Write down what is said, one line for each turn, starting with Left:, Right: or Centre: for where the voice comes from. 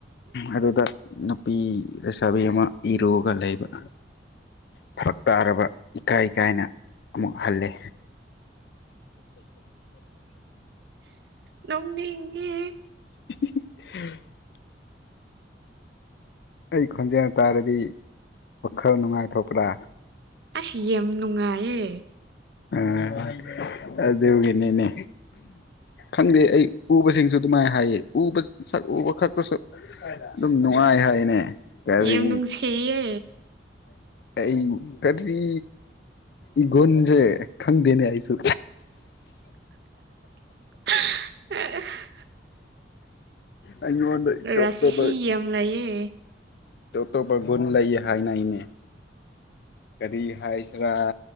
Left: ꯑꯗꯨꯗ ꯅꯨꯄꯤ ꯂꯩꯁꯥꯕꯤ ꯑꯃ ꯏꯔꯨꯒ ꯂꯩꯕ ꯐꯔꯛ ꯇꯥꯔꯕ ꯏꯀꯥꯏ ꯀꯥꯏꯅ ꯑꯃꯨꯛ ꯍꯜꯂꯦ
Right: ꯅꯣꯛꯅꯤꯡꯉꯦ
Left: <unintelligible> ꯑꯩ ꯈꯣꯟꯖꯦꯜ ꯇꯥꯔꯗꯤ ꯋꯥꯈꯜ ꯅꯨꯡꯉꯥꯏꯊꯣꯛꯄ꯭ꯔꯥ
Right: ꯑꯁ ꯌꯥꯝ ꯅꯨꯡꯉꯥꯏꯌꯦ
Left: ꯎꯝ ꯑꯗꯨꯒꯤꯅꯤꯅꯦ ꯈꯪꯗꯦ ꯑꯩ ꯎꯕꯁꯤꯡꯁꯨ ꯑꯗꯨꯃꯥꯏ ꯍꯥꯏꯌꯦ ꯎꯕ ꯁꯛ ꯎꯕ ꯈꯛꯇꯁꯨ ꯑꯗꯨꯝ ꯅꯨꯡꯉꯥꯏ ꯍꯥꯏꯅꯦ ꯀꯔꯤ
Right: ꯌꯥꯝ ꯅꯨꯡꯁꯤꯌꯦ
Left: ꯑꯩ ꯀꯔꯤ ꯏꯒꯨꯟꯖꯦ ꯈꯪꯗꯦꯅꯦ ꯑꯩꯁꯨ
Right: <unintelligible>
Left: ꯑꯩꯉꯣꯟꯗꯩꯩ <unintelligible>
Right: ꯔꯥꯁꯤ ꯌꯥꯝ ꯂꯩꯌꯦ
Left: ꯇꯣꯞꯇꯣꯞꯄ ꯒꯨꯟ ꯂꯩ ꯍꯥꯏꯅꯩꯅꯦ ꯀꯔꯤ ꯍꯥꯏꯁꯤꯔꯥ